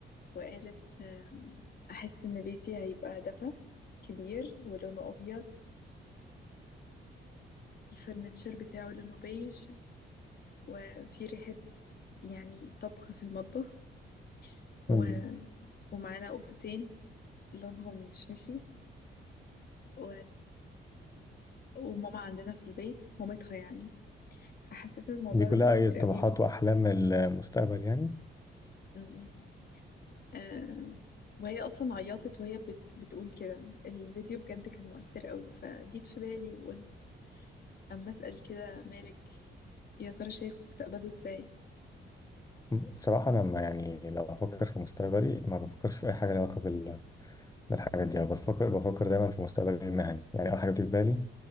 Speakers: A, on the left (about 50°); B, on the left (about 15°).
A: وقالت آم، احس ان بيتي هيبقى دفا كبير ولونه ابيض والفرنتشر بتاعه لونه بيج وفي ريحه يعني طبخ في المطبخ و...
B: مم.
A: ومعانا قطتين لونهم مشمشي و... وماما عندنا في البيت مامتها يعني فحسيت ان الموضوع
B: دي كلها
A: ده مؤثر
B: أي طموحات
A: قوي و...
B: وأحلام المستقبل يعني
A: م-م. آه... وهي اصلا عيطت وهي بت... بتقول كده الفيديو بجد كان مؤثر قوي فجيت في بالي وقلت اما اسال كده مالك يا ترى شايف مستقبله ازاي
B: الصراحة أنا ما يعني لو بفكر في مستقبلي ما بفكرش في أي حاجة لها علاقة بال- بالحاجات دي أنا بفكر بفكر دايما في مستقبلي المهني يعني أول حاجة بتيجي في بالي